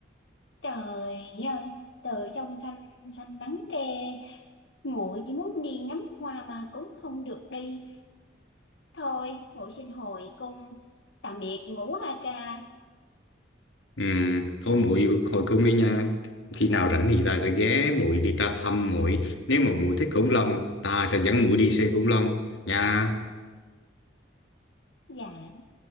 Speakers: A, on the left; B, on the left.
A: trời ơi trời trong xanh xanh nắng ke muội chỉ muốn đi ngắm hoa mà cũng không được đi thôi muội xin hồi cung tạm biệt ngũ a ca
B: ừ, thôi muội hồi cung đi nha khi nào rảnh thì ta sẽ ghé muội đi ta thăm muội nếu mà muội thích khủng long ta sẽ dẫn muội đi xem khủng long nha
A: dạ